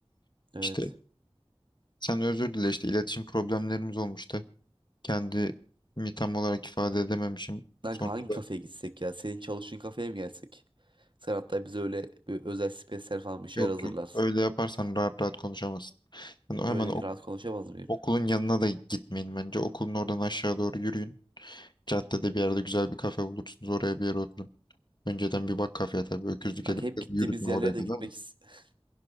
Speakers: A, on the right; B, on the left.
A: Evet.
B: İşte sen özür dile işte iletişim problemlerimiz olmuştu. Kendimi tam olarak ifade edememişim.
A: Kanka
B: Sonra
A: hangi kafeye
B: da
A: gitsek ya? Senin çalıştığın kafeye mi gelsek? Sen hatta bize öyle bir özel spesyal falan bir şeyler
B: Yok
A: hazırlarsın.
B: yok. Öyle yaparsan rahat rahat konuşamazsın. Yani o-
A: Öyle
B: hemen ok-
A: rahat konuşamaz mıyım?
B: okulun yanına da gitmeyin bence. Okulun oradan aşağı doğru yürüyün. Caddede bir yerde güzel bir kafe bulursunuz. Oraya bir yere oturun. Önceden bir bak kafeye tabii. Öküzlük
A: Kanka
B: edip
A: hep gittiğimiz
B: yürütme
A: yerlere
B: oraya kadar.
A: de gitmek
B: da.
A: istiyorum. <laughs>